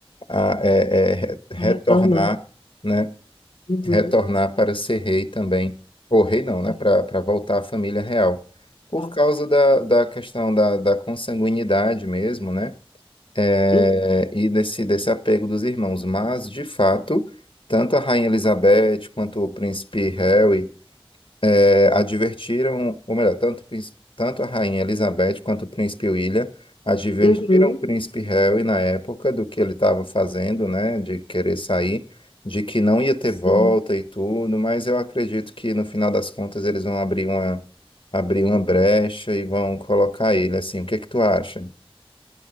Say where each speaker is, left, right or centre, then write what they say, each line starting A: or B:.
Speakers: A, on the left; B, on the left.
A: a, eh, eh, re-
B: vai retornar.
A: retornar, né,
B: Uhum.
A: retornar para ser rei também, ou rei não, né,
B: É,
A: para para voltar à família real. Por
B: Tá.
A: causa da, da questão da, da consanguinidade mesmo, né? é,
B: Hum,
A: e desse, desse apego dos irmãos. Mas, de fato, tanto a Rainha Elizabeth quanto o príncipe Harry é, advertiram, ou melhor, tanto, o príncipe- tanto a Rainha Elizabeth quanto o príncipe William advertiram
B: Uhum.
A: o príncipe Harry na época do que ele estava fazendo, né, de querer sair, de que não ia ter
B: Sim.
A: volta e tudo, mas eu acredito que no final das contas eles vão abrir uma, abrir uma brecha e vão colocar ele assim. O que é que tu acha?